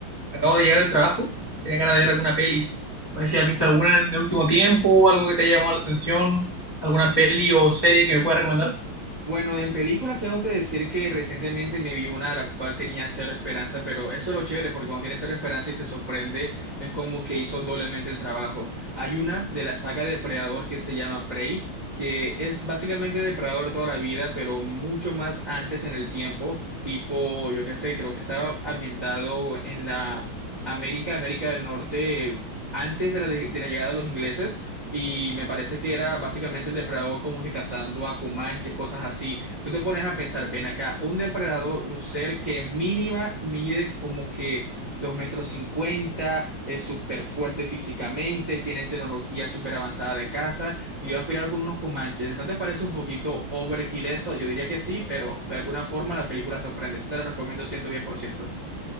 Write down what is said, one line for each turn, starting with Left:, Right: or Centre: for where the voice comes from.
Left: Acabo de llegar del trabajo. Tenía ganas de ver alguna peli. No sé si has visto alguna en el último tiempo, algo que te haya llamado la atención, alguna
Right: Bu-
Left: peli o serie que me pueda recomendar.
Right: Bueno, en películas tengo que decir que recientemente me vi una la cual tenía cero esperanza, pero eso es lo chévere, porque cuando tienes cero esperanza y te sorprende, es como que hizo doblemente el trabajo. Hay una de la saga Depredador que se llama Prey, que es básicamente Depredador toda la vida, pero mucho más antes en el tiempo, tipo, yo qué sé, creo que estaba ambientado en la América, América del Norte, antes de la, de de la llegada de los ingleses Y me parece que era básicamente el depredador como que cazando a comanches, cosas así. Tú te pones a pensar, ven acá, un depredador, un ser que mínima mide como que dos metros cincuenta, es súper fuerte físicamente, tiene tecnología súper avanzada de caza y va a pelear con unos comanches. ¿No te parece un poquito overkill eso? Yo diría que sí, pero de alguna forma la película sorprende. Eso te la recomiendo ciento diez por ciento